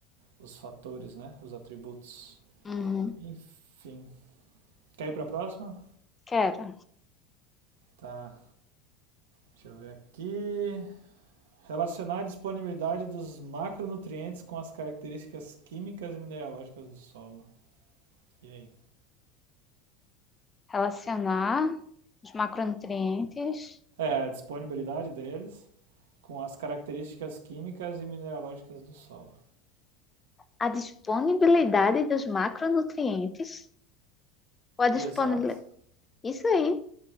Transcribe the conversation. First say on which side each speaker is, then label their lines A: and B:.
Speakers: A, on the right; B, on the left.
A: os fatores, né? Os atributos.
B: Uhum.
A: Enfim. Quer ir para a próxima?
B: Quero
A: Tá. Deixa eu ver aqui. Relacionar a disponibilidade dos macronutrientes com as características químicas e mineralógicas do solo. E aí?
B: relacionar os macronutrientes
A: É, a disponibilidade deles com as características químicas e mineralógicas do solo.
B: à disponibilidade dos macronutrientes ou a
A: Exato.
B: disponibilidade. Isso aí.